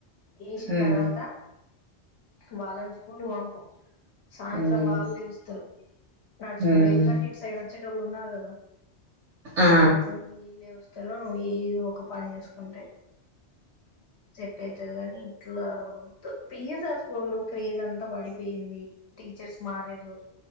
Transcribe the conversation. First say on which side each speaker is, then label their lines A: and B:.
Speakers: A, on the left; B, on the right.
A: ఏసిన
B: ఉమ్
A: తర్వాత. వాళ్ళను స్కూల్ కు పంపూ. సాయంత్రం
B: ఉమ్
A: వాళ్ళే వస్తారు. నడుచుకుంటూ
B: ఉమ్
A: ఎందుకంటే ఇటు సైడ్ వచ్చే. పెద్దోళ్ళు ఉన్నారు. కదా.
B: ఆ
A: వాళ్ళతో వీళ్ళే వస్త్ ఇంతలో ఇ ఈ ఓ ఒక పని చేసుకుంటే. సెట్ అయితది. అని ఇట్లా వద్దు పిఎస్ఆర్ స్కూల్ క్రేజ్ అంతా పడిపోయింది. టీచర్స్ మారీర్రు,